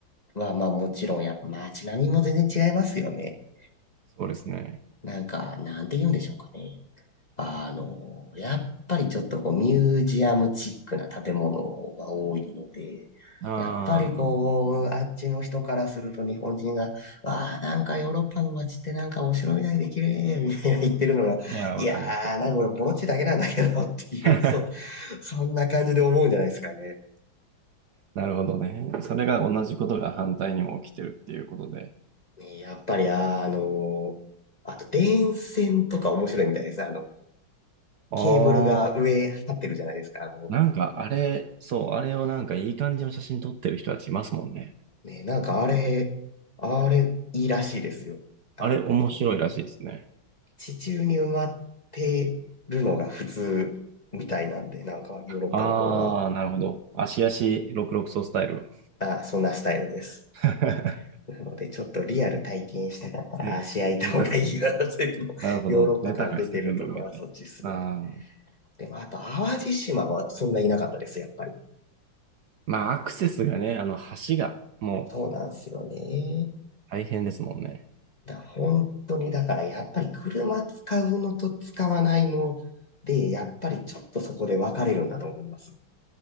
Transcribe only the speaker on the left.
は、まあもちろんや、街並みも全然違いますよね。
なんか、なんて言うんでしょうかね。あの、やっぱりちょっとこうミュージアムチックな建物が多いので、
やっぱりこう、あっちの人からすると日本人が、わあ、なんかヨーロッパの街ってなんかお城みたいで綺麗みたいな言ってるのが、
いやー、
なんか俺ボロチだけなんだけどっていう、
そう、そんな感じで思うんじゃないですかね。
ねやっぱり、あー、あのー、あと電線とか面白いみたいですね。あの、
ケーブルが上張ってるじゃないですか。あの、
ね、なんかあれ、あれいいらしいですよ。あの、
地中に埋まってるのが普通みたいなんで、なんかヨーロッパの方は、
あ、そんなスタイルです。
なので、ちょっとリアル体験したかったらあ足開いた方がいいよ。
<laughs> 全部ヨーロッパ感出てるとこはそっちっすよね。
でも、あと、淡路島はそんないなかったです、やっぱり。
そうなんすよね。
だ本当にだからやっぱり車使うのと使わないので、やっぱりちょっとそこで分かれるんだと思います。